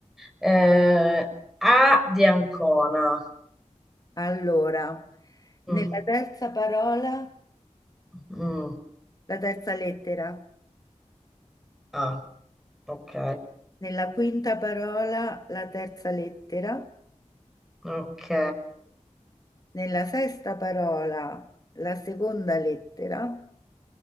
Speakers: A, in the centre; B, on the left.
A: Eh, A di Ancona.
B: Allora,
A: Mm,
B: nella terza parola,
A: mm,
B: la terza lettera.
A: A. Ok,
B: Nella quinta parola la terza lettera,
A: ok,
B: nella sesta parola la seconda lettera,